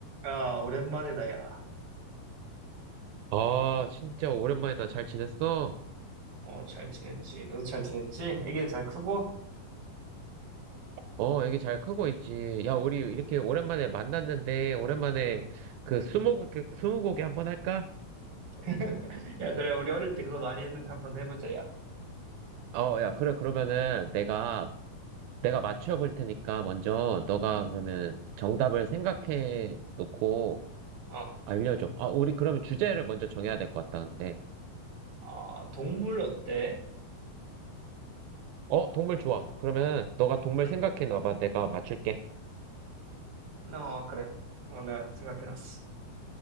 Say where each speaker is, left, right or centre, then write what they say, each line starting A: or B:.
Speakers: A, on the right (about 40°); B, on the right (about 80°).
A: 야, 오랜만이다, 야.
B: 아, 진짜 오랜만이다. 잘 지냈어?
A: 어, 잘 지냈지. 너도 잘 지냈지? 애기는 잘 크고?
B: 어, 애기 잘 크고 있지. 야, 우리 이렇게 오랜만에 만났는데, 오랜만에
A: 응.
B: 그 스무고개, 스무고개 한번 할까?
A: <laughs> 야, 그래, 우리 어릴 때 그거 많이 했는데 한번 해보자, 야.
B: 어, 야, 그래. 그러면은 내가, 내가 맞춰볼 테니까 먼저 너가 그러면 정답을 생각해 놓고
A: 어,
B: 알려줘. 아, 우리 그러면 주제를 먼저 정해야 될 것 같다는데.
A: 어, 동물 어때?
B: 어, 동물 좋아. 그러면 너가 동물
A: 응.
B: 생각해 놔봐. 내가 맞출게.
A: 어, 그래. 어, 내가 생각해놨어.